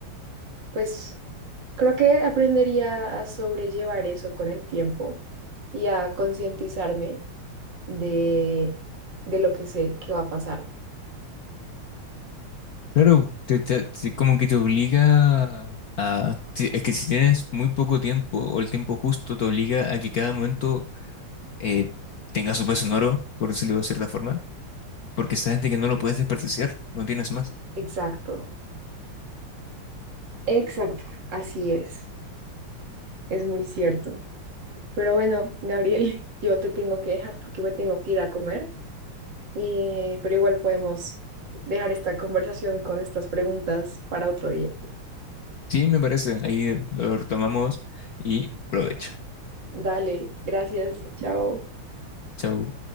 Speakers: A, on the right; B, on the left.
A: pues creo que aprendería a sobrellevar eso con el tiempo y a concientizarme de, de lo que sé que va a pasar.
B: Claro, te, te- te- como que te obliga a... si- Es que si tienes muy poco tiempo o el tiempo justo, te obliga a que cada momento eh, tenga su peso sonoro, por decirlo de cierta forma, porque sabes de que no lo puedes desperdiciar, no tienes más.
A: Exacto, exacto, así es, es muy cierto. Pero bueno, Gabriel, <laughs> yo te tengo que dejar porque me tengo que ir a comer, eh, pero igual podemos dejar esta conversación con estas preguntas para otro día.
B: Sí, me parece, ahí lo retomamos y provecho.
A: Dale, gracias, chao.
B: Chau.